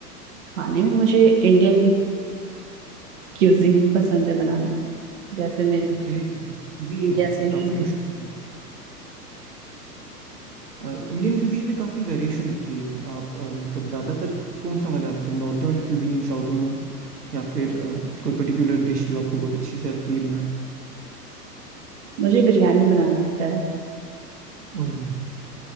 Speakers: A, on the right (about 50°); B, on the right (about 70°).
A: खाने में मुझे इंडियन क्यूजीन पसंद है बनाना जैसे मैं
B: ओके क्यूजीन
A: इंडिया से
B: ये
A: ही
B: काफ़ी मुश्किल इंडियन क्यूजीन में काफ़ी वेरिएशन होती है आप अ, मतलब ज़्यादातर कौन सा वाला मतलब नॉर्दर्न क्यूजीन साउदर्न या फिर अ, कोई पर्टिकुलर डिश जो आपको बहुत अच्छी से लगती है बनानी
A: मुझे बिरयानी बनाना आता है
B: ओए ओए,